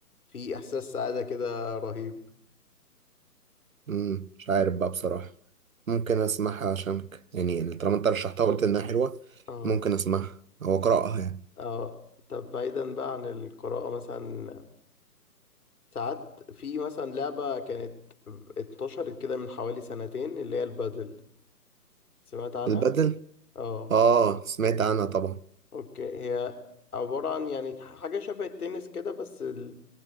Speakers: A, on the left (about 60°); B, on the right (about 55°).
A: في احساس سعادة كده رهيب
B: امم مش عارف بقى بصراحه ممكن اسمعها عشانك يعني طالما انت رشحتها وقلت انها حلوه
A: اه
B: ممكن اسمعها او اقراها يعني
A: اه طب بعيدا بقى عن القراءة مثلا ساعات في مثلا لعبة كانت انتشرت كده من حوالي سنتين اللي هي البادل سمعت عنها؟
B: البدل
A: اه
B: اه سمعت عنها طبعا
A: اوكي هي عبارة عن يعني حاجة شبه التنس كده بس ال-